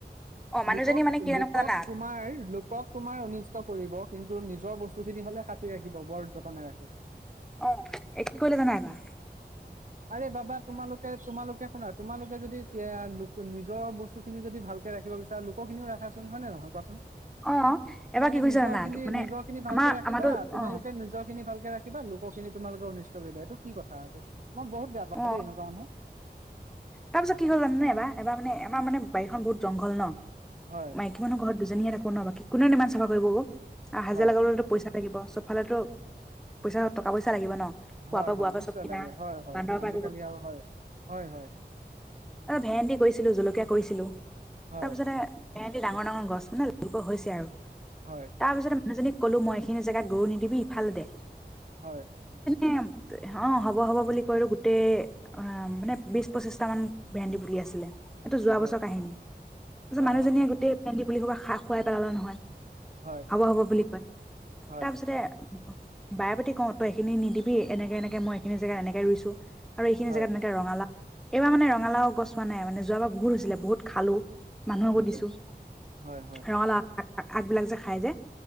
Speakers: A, in the centre; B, on the right (about 50°).
A: অ মানুহজনী
B: লোকক-লোকক
A: মানে কি জানা জানা
B: তোমাৰ লোকক তোমাৰ কৰিব, কিন্তু নিজৰ বস্তুখিনি হ'লে সাঁচি ৰাখিব, বৰ যতনে ৰাখি
A: অ এ কি কৰিলে জানা এইবাৰ
B: আৰে বাবা তোমালোকে তোমালোকে শুনা, তোমালোকে যদি এ। নিজৰ বস্তুখিনি যদি ভালকে ৰাখিব বিচাৰে লোকৰ খিনিও ৰাখাচোন হয় নে নহয় কোৱাচোন?
A: অ
B: তোমালোকে
A: এবাৰ কি কৰিছে
B: নিজৰ
A: জানা
B: খিনি
A: মানে
B: নিজৰ খিনি ভালকে
A: আমাৰ
B: ৰাখিবা,
A: আমাৰতো
B: তোমালোকে
A: অ
B: নিজৰ খিনি ভালকে। ৰাখিবা লোক খিনি তোমালোকে অনিষ্ট কৰিবা এইটো কি কথাটো। মই বহুত বেয়া পাওঁ
A: অ
B: দেই এনেকুৱা মানুহ।
A: তাৰপিছত কি হ'ল জানা নে এবাৰ এব মানে আমাৰ মানে বাৰীখন বহুত জংঘল ন।
B: হয়
A: মাইকী মানুহ ঘৰত। আমি হে থাকো ন বাকী কোনে ইমান চাফা কৰিব ক। হাজিয়া
B: হয়
A: লগাবলে তো পইচা। চব ফালে তো পইচা টকা পইচা লাগিব। ন খোৱাৰ
B: হয়
A: পৰা
B: হয়,
A: বোৱাৰ পৰা
B: নিশ্চয়
A: চব কিনা
B: লাগে হয় হয়
A: বান্দৰৰ পৰা
B: আজিকালি আৰু হয় হয় হয়।
A: অ, ভেন্দি কৰিছিলো জলকীয়া কৰিছিলো।
B: হয়
A: তাৰপিছত। ভেণ্ডি ডাঙৰ ডাঙৰ গছ মানে লাগিব হৈছে আৰু।
B: হয়
A: তাৰপিছত। মানুহজনীক কলো মই এইখিনি জেগাত গৰু নিদিবি ইফালে দে।
B: হয়।
A: এ, অ হ'ব হ'ব বুলি কৈলো গোটেই অ মানে বিশ পচিশ। টামান ভেন্দি পুলি আছিলে <unintelligible> এইটো যোৱা
B: হয়
A: বছৰ কাহিনী, তাৰপিছত
B: অ
A: মানুহজনীয়ে গোটেই। ভেণ্ডি পুলি সোপা খুৱাই পেলালে নহয়।
B: হয়
A: হ'ব-হ'ব বুলি কয়।
B: হয়
A: তাৰপিছতে, বাৰ পাতি কও, তই এইখিনি নিদিবি এনেকে-এনেকে মই এইখিনি জেগাত এনেকে ৰুইছো। আৰু এইখিনি
B: হয়
A: জেগাত এনেকে ৰঙালা। এইবাৰ মানে ৰঙালাও গছ হোৱা নাই, মানে যোৱাবাৰ বহুত হৈছিলে বহুত খালো। মানুহেকো
B: হয়
A: দিছো
B: হয় হয়
A: ৰঙালাও। আগবিলাক যে' খাই যে,